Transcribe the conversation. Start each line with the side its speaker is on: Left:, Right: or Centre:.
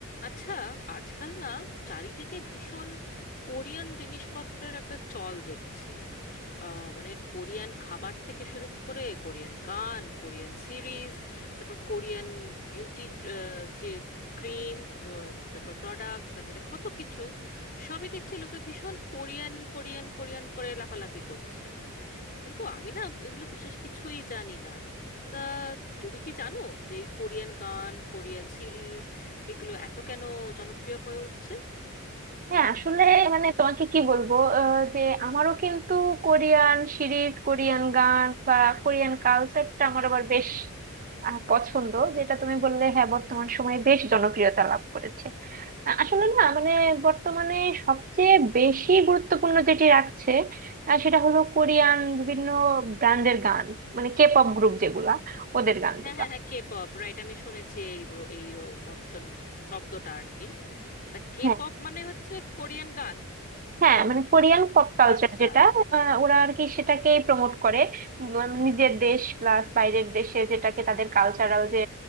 Left: আচ্ছা আজকাল না চারিদিকে ভীষণ কোরিয়ান জিনিসপত্রের একটা চল দেখছি আহ, মানে কোরিয়ান খাবার থেকে শুরু করে কোরিয়ান গান কোরিয়ান সিরিজ তারপর কোরিয়ান বিউটি যে ক্রিম তারপর প্রোডাক্ট তারপরে কত কিছু সবই দেখছি লোকে ভীষণ কোরিয়ান কোরিয়ান কোরিয়ান করে লাফালাফি করছে কিন্তু আমি না এগুলো বিশেষ কিছুই জানি না তা তুমি কি জানো যে এই কোরিয়ান গান কোরিয়ান সিরিজ এগুলো এত কেন জনপ্রিয় হয়ে উঠছে
Right: হ্যাঁ আসলে মানে তোমাকে কি বলবো আহ, যে আমারও কিন্তু কোরিয়ান সিরিজ কোরিয়ান গান বা কোরিয়ান কালচারটা আমার আবার বেশ আহ, পছন্দ যেটা তুমি বললে হ্যাঁ বর্তমান সময়ে বেশ জনপ্রিয়তা লাভ করেছে আ- আসলে না মানে বর্তমানে সবচেয়ে বেশি গুরুত্বপূর্ণ যেটি রাখছে আহ, সেটা হলো কোরিয়ান বিভিন্ন ব্র্যান্ডের গান মানে কে পপ গ্রুপ যেগুলা ওদের গানগুলা
Left: হ্যাঁ হ্যাঁ হ্যাঁ কে পপ রাইট আমি শুনেছি এই ব- এই ও, অর্থ শব্দটা আর কি এটা কে
Right: হ্যাঁ,
Left: পপ মানে হচ্ছে কোরিয়ান গান
Right: হ্যাঁ মানে কোরিয়ান পপ কালচার
Left: আচ্ছা
Right: যেটা আহ, ওরা আর কি সেটাকে প্রমোট করে উম, মানে নিজের দেশ প্লাস বাইরের দেশে যেটাকে তাদের কালচারাল যে